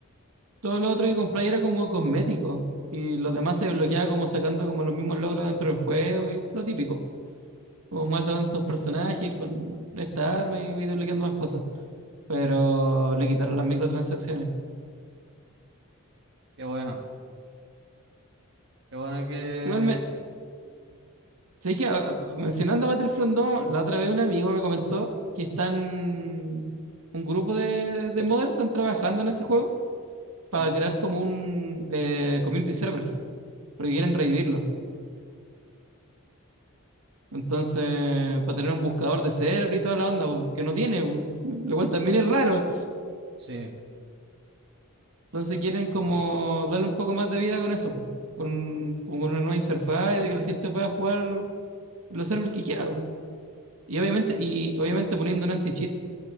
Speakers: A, on the right; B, on the right.
A: todo lo otro que compráis era como cosmético. Y los demás se desbloqueaba como sacando como los mismos logros dentro del juego y lo típico. como mata tantos personajes con esta arma y va duplicando más cosas. Pero le quitaron las microtransacciones.
B: Qué bueno, qué bueno que...
A: Sí, igual me. sé que a- a- mencionando Battlefront 2, la otra vez un amigo me comentó que están. Un grupo de, de modders están trabajando en ese juego para
B: Ya,
A: crear como un eh, community servers, porque quieren revivirlo. Entonces, para tener un buscador de server y toda la onda, porque no tiene, <laughs> lo cual también es raro.
B: sí,
A: Entonces quieren como darle un poco más de vida con eso, po. Con, como con una nueva interfaz y de que la gente pueda jugar los servers que quiera, bro. Y obviamente, y obviamente poniendo un anti-cheat,